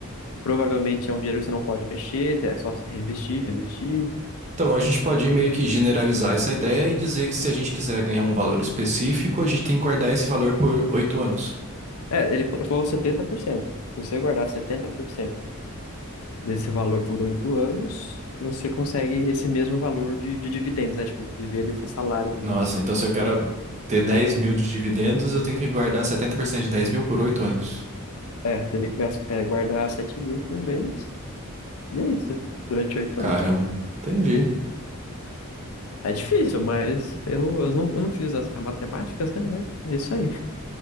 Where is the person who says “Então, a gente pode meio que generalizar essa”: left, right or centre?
Right